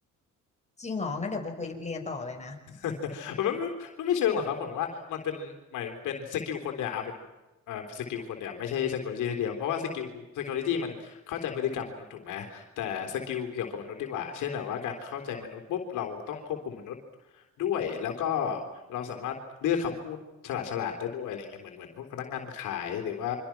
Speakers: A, on the left (about 20°); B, on the left (about 80°).
A: จริงเหรองั้นเดี๋ยวโบไปเรียนต่อเลยนะ
B: <laughs> ไมันไม่ไม่ไม่เชิงหรอกครับผมว่ามันเป็นหมายเป็นสกิลคนเนี่ยเอาเป็นเอ่อสกิลคนเนี่ยไม่ใช่ psychology ทีเดียวเพราะว่าสกิล psychology มันเข้าใจพฤติกรรมมนุษย์ถูกไหมแต่สกิลเกี่ยวกับมนุษย์ดีกว่าเช่นแบบว่าการเข้าใจมนุษย์ปุ๊บเราต้องควบคุมมนุษย์ด้วยแล้วก็เราสามารถเลือกคำพูดฉลาดฉลาดได้ด้วยอะไรเงี้ยเหมือนเหมือนพวกพนักงานขายหรือว่า